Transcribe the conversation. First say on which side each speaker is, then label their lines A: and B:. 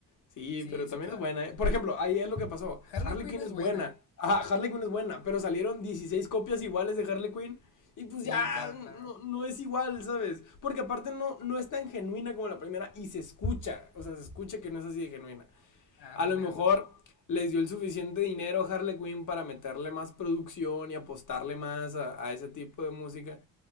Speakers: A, on the left (about 50°); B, on the left (about 80°).
A: Sí,
B: Sí,
A: pero también
B: sí, claro.
A: es buena, ¿eh? Por ejemplo, ahí es lo que pasó.
B: Harley
A: Harley
B: Quinn
A: Quinn
B: es
A: es
B: buena.
A: buena. Ajá, Harley Quinn es buena, pero salieron 16 copias iguales de Harley Quinn y pues
B: Sí,
A: ya
B: claro,
A: no,
B: claro.
A: no es igual, ¿sabes? Porque aparte no, no es tan genuina como la primera y se escucha, o sea, se escucha que no es así de genuina.
B: Ándale,
A: A lo mejor
B: ándale.
A: les dio el suficiente dinero a Harley Quinn para meterle más producción y apostarle más a, a ese tipo de música,